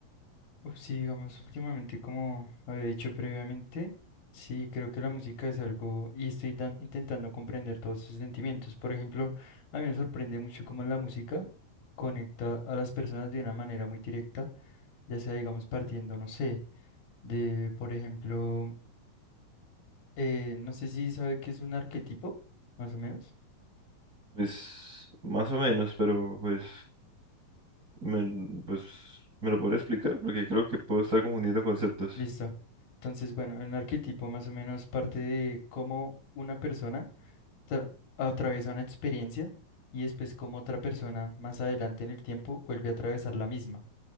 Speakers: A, on the left (about 85°); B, on the right (about 60°).
A: Uf, sí, digamos, últimamente, como había dicho previamente, sí, creo que la música es algo y estoy dan- intentando comprender todos esos sentimientos. Por ejemplo, a mí me sorprende mucho cómo la música conecta a las personas de una manera muy directa, ya sea, digamos, partiendo, no sé, de, por ejemplo, eh, no sé si sabe qué es un arquetipo, más o menos.
B: Pues más o menos, pero pues me, pues me lo podría explicar porque creo que puedo estar confundiendo conceptos.
A: Listo. Entonces, bueno, un arquetipo más o menos parte de cómo una persona tra- atraviesa una experiencia y después como otra persona más adelante en el tiempo vuelve a atravesar la misma.